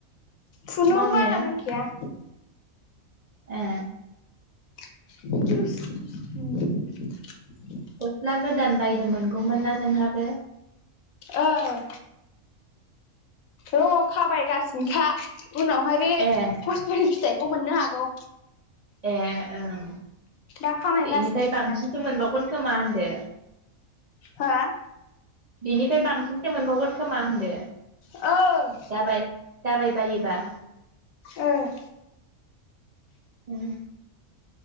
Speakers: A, on the left; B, on the right.
A: फुनोबो
B: मावनो
A: बारा रोंखैया।
B: ए
A: <unintelligible>
B: गस्ला गोदान बायनो मोनगौमोन ना नोंहाबो।
A: ओं र' खाबायगासिनोखा उनावहाय बे
B: ए
A: खस्थ'नि फिथाइखौ मोननो हागौ।
B: ए ओं
A: दा खामायगासिनोखाना
B: बेनिफ्राय बांसिनसो मोनबावगोन खोमा होनदो
A: हा?
B: बिनिफ्राय बांसिनसो मोनबावगोन खोमा होनदों।
A: ओ
B: जाबाय जाबाय बायोबा।
A: ओं
B: उम